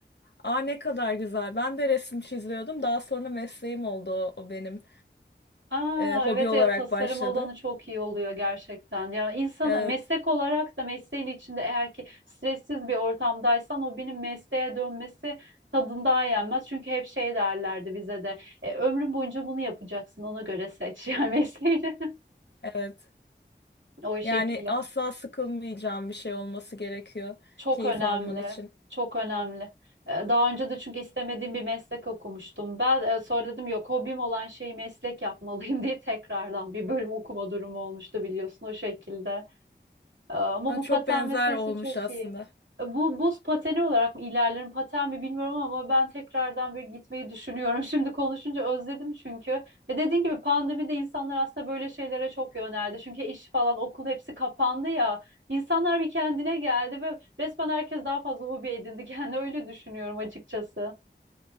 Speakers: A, on the left; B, on the right.
A: Aa ne kadar güzel. Ben de resim çiziyordum. Daha sonra mesleğim oldu o, o benim.
B: Aa,
A: E, hobi
B: evet
A: olarak
B: ya tasarım
A: başladı.
B: alanı çok iyi oluyor gerçekten. Ya insan
A: Evet,
B: meslek olarak da mesleğin içinde eğer ki stressiz bir ortamdaysan o benim mesleğe dönmesi tadından yenmez. Çünkü hep şey derlerdi bize de e, ömrün boyunca bunu yapacaksın ona göre seç <laughs> yani mesleğini
A: evet.
B: <laughs> o şekilde.
A: Yani asla sıkılmayacağım bir şey olması gerekiyor
B: Çok
A: keyif
B: önemli.
A: alman için.
B: Çok önemli. Ee, Daha önce de çünkü istemediğim bir meslek okumuştum. Ben e, sonra dedim yok hobim olan şeyi meslek yapmalıyım <laughs> deyip tekrardan bir bölüm okuma durumu olmuştu biliyorsun o şekilde. Ee, Ama
A: Ha,
B: bu
A: çok
B: paten
A: benzer
B: meselesi
A: olmuş
B: çok
A: aslında.
B: iyi. Ee, Bu buz pateni olarak mı ilerlerim paten mi bilmiyorum ama ben tekrardan böyle gitmeyi düşünüyorum. <laughs> Şimdi konuşunca özledim çünkü. Ve dediğin gibi pandemide insanlar aslında böyle şeylere çok yöneldi. Çünkü iş falan okul hepsi kapandı ya. İnsanlar bir kendine geldi ve resmen herkes daha fazla hobi edindi. <laughs> Yani öyle düşünüyorum açıkçası.